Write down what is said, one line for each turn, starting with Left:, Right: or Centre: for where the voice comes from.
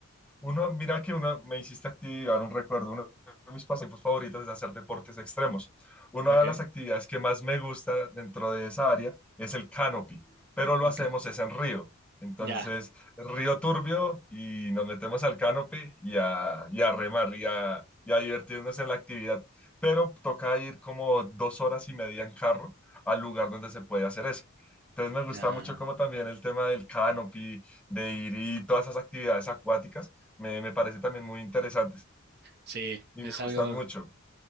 Centre: Uno, mira que uno me hiciste activar un recuerdo. Uno de mis pasatiempos favoritos es hacer deportes extremos. Una
Right: Okay,
Centre: de las actividades que más me gusta dentro de esa área es el canopy, pero lo
Right: okay.
Centre: hacemos es en río. Entonces,
Right: Ya,
Centre: río turbio y nos metemos al canopy y a, y a remar y a, y a divertirnos en la actividad. Pero toca ir como dos horas y media en carro al lugar donde se puede hacer eso. Entonces me gusta
Right: ya.
Centre: mucho como también el tema del canopy, de ir y todas esas actividades acuáticas me, me parecen también muy interesantes
Right: Sí,
Centre: y
Right: es
Centre: me gustan
Right: algo,
Centre: mucho.